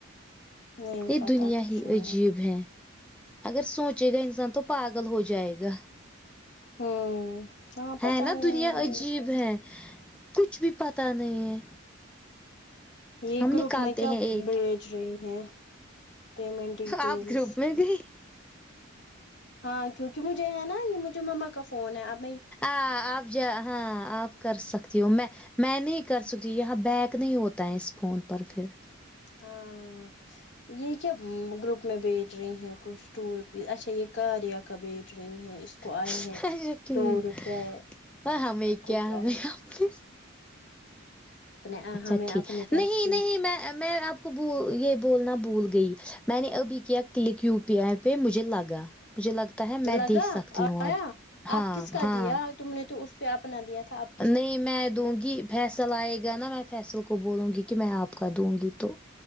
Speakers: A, on the left (about 55°); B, in the centre.
A: نہیں
B: یہ
A: پتا
B: دنیا
A: کچھ
B: ہی
A: نہیں
B: عجیب ہے اگر سوچے گا انسان تو پاگل ہو جائے گا
A: ہوں ہاں پتا
B: ہے نا
A: نہیں
B: دنیا عجیب ہے کچھ بھی پتا نہیں ہے
A: یہ
B: ہم
A: گروپ
B: نکالتے
A: میں کیا
B: ہیں ایک
A: بھیج رہے ہیں پیمنٹ ڈیٹیلس
B: آپ گروپ میں گئی
A: ہاں کیونکہ مجھے ہے نا یہ مجھے مما کا فون ہے آپ
B: آ آپ ج ہاں آپ کر سکتی ہو میں میں نہیں کر سکتی یہاں بیک نہیں ہوتا ہے اس فون پر پھر
A: ہاں یہ کیا گروپ میں بھیج رہی ہیں کچھ ٹوروپیز اچھا یہ کار یا کا بھیج رہی ہیں اس کو
B: اچھا
A: آئے ہیں
B: ٹھیک
A: دو روپئے
B: ہمیں
A: کچھ
B: کیا
A: آئے
B: ہمیں
A: ہیں
B: اپنے سے۔
A: اپنے
B: اچھا
A: ہمیں
B: ٹھیک
A: اپنے پیسے
B: نہیں نہیں میں میں اب کو بول یہ بولنا بھول گئی میں نے ابھی کیا کلک یو پی آئی پہ مجھے لگا مجھے لگتا ہے میں
A: لگا
B: دیکھ سکتی ہوں
A: آیا
B: اب ہاں
A: آپ کس کا
B: ہاں
A: دیا تم نے تو اس پہ اپنا دیا تھا اب
B: نہیں میں دوں گی فیصل آئے گا نا میں فیصل کو بولوں گی کہ میں آپ کا دوں گی تو